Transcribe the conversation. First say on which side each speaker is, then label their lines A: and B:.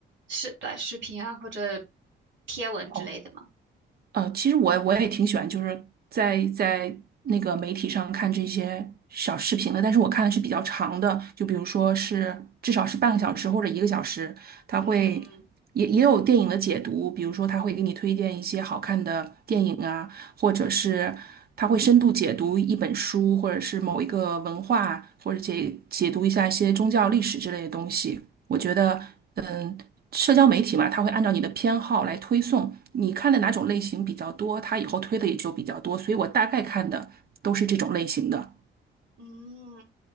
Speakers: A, on the right; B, on the right.
A: 是短视频啊或者贴文之类的吗？
B: 哦，呃，其实我我也挺喜欢，就是在在那个媒体上看这些小视频的，但是我看的是比较长的，就比如说是至少是半个小时或者一个小时，它会也也有电影的解读，
A: 嗯
B: 比如说它会给你推荐一些好看的电影啊，或者是它会深度解读一本书，或者是某一个文化，或者解解读一下一些宗教历史之类的东西。我觉得，嗯，社交媒体嘛，它会按照你的偏好来推送，你看的哪种类型比较多，它以后推的也就比较多，所以我大概看的都是这种类型的。
A: 嗯。